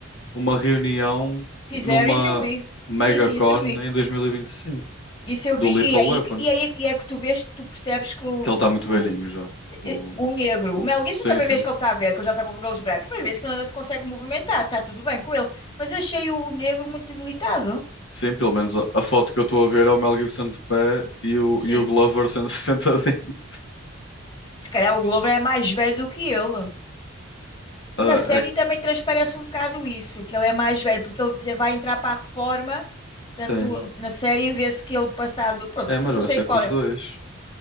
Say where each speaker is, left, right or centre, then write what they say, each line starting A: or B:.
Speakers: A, on the left; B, on the left.
A: uma reunião
B: Fizeram,
A: numa
B: isso eu vi.
A: MegaCon
B: Sim, sim, isso eu vi.
A: em 2025
B: Isso eu
A: do
B: vi.
A: Lethal
B: E aí,
A: Weapon,
B: e aí e é que tu vês, tu percebes que o,
A: que ele
B: o,
A: está muito
B: que o,
A: velhinho já.
B: se-
A: O,
B: eh, o negro,
A: o-
B: o Mel Gibson
A: sim,
B: também
A: sim.
B: vês que ele está a ver, que ele já está com cabelos brancos, mas vês que ele ainda se consegue movimentar, está tudo bem com ele. Mas achei o, o negro muito debilitado.
A: Sim, pelo menos a, a foto que eu estou a ver é o Mel Gibson de pé e o,
B: Sim.
A: e o Glover sendo <laughs> sentadinho.
B: Se calhar o Glover é mais velho do que ele.
A: Ah,
B: Na série
A: é que-
B: também transparece um bocado isso, que ele é mais velho, porque ele já vai entrar para a reforma,
A: sim.
B: tanto na série vê-se que ele passado, pronto,
A: É, mas
B: não
A: vai
B: sei
A: ser
B: qual
A: com os
B: é,
A: dois.